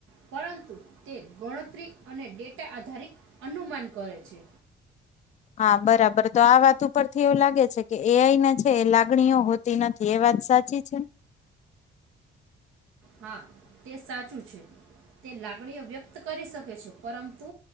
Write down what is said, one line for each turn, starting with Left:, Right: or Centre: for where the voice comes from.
Right: પરુ તે ગણતરી અને ડેટા આધારિત અનુમાન કરે છે
Left: હા બરાબર તો આ વાત ઉપર થી એવું લાગે છે કે એ અઈને છે એ લાગણીઓ હોતી નથી એ વાત સાચી છે
Right: હા તે સાચું છે તે લાગણીઓ વ્યક્ત કરી શકે છે પરંતુ